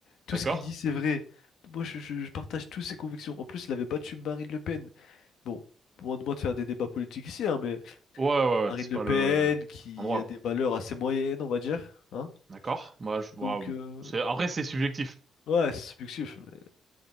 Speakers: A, on the left; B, on the right.
A: Tout
B: d'accord.
A: ce qu'il dit, c'est vrai. Moi, je, je- je partage toutes ses convictions. En plus, il avait battu Marine Le Pen. Bon, loin de moi de faire des débats politiques ici, hein, mais
B: Ouais, ouais,
A: Marine
B: ouais, c'est
A: Le
B: pas
A: Pen,
B: le
A: qui
B: endroit,
A: a des
B: quoi.
A: valeurs assez moyennes, on va dire, hein.
B: D'accord. Moi, je,
A: Donc,
B: ouais,
A: euh,
B: c'est après c'est subjectif.
A: ouais, c'est subjectif. mais